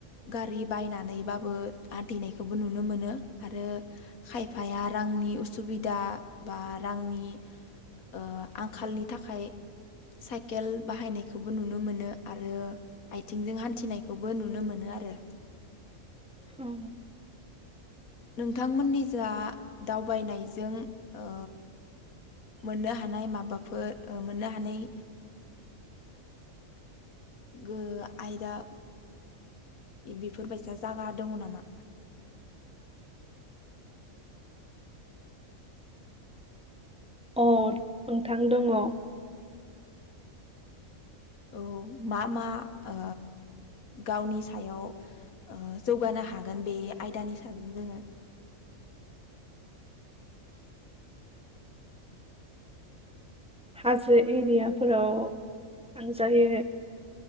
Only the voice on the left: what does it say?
गारि बायनानै बाबो आथिनायखौबो नुनो मोनो आरो खायफाया रांनि उसुबिदा बा रांनि ओ आंखालनि थाखाय साइकेल बाहायनायखौबो नुनो मोनो आरो आथिंजों हान्थिनायखौबो नुनो मोनो आरो
नोंथांमोननि जा दावबायनायजों ओ मोननो हानाय माबाफोर ओ मोननो हानाय गो आयदा इदिफोर बायसा जागा दङ नामा?
औ मा मा ओ गावनि सायाव ओ जौगानो हागोन बे आयदानि साजों जोङो